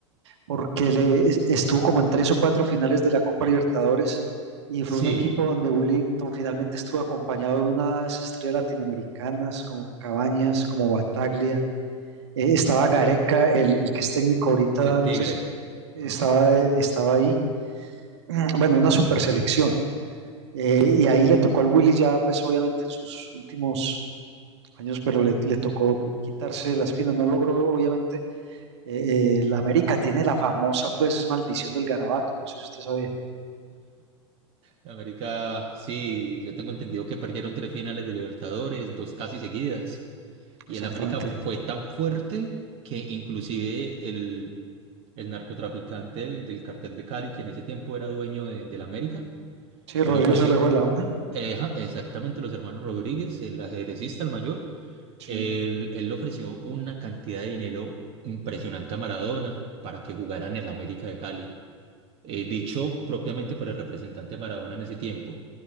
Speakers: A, on the right; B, on the right.
A: porque le es- estuvo como en tres o cuatro finales de la Copa Libertadores y fue
B: Sí,
A: un equipo donde Willington finalmente estuvo acompañado de unas estrellas latinoamericanas como Cabañas, como Bataglia. Eh, estaba Gareca, el, el que es técnico ahorita,
B: el Tigre.
A: no sé si estaba,
B: Ajá.
A: estaba ahí. <clears throat> Bueno, una super selección. Eh, y ahí le tocó al Willy ya, pues obviamente en sus últimos años, pero le, le tocó quitarse las espinas. No logró obviamente eh, el América tiene la famosa, pues, maldición del garabato. No sé si usted sabía.
B: América, sí, yo tengo entendido que perdieron tres finales de Libertadores, dos casi seguidas. Y
A: Exactamente.
B: el América fue tan fuerte que inclusive el, el narcotraficante del, del cartel de Cali, que en ese tiempo era dueño de, del América,
A: Sí, Rodrigo
B: le ofreció,
A: Orejuela.
B: eh, ja, exactamente los hermanos Rodríguez, el ajedrecista, el mayor,
A: Sí,
B: él, él le ofreció una cantidad de dinero impresionante a Maradona para que jugara en el América de Cali, Eh, dicho propiamente por el representante de Maradona en ese tiempo.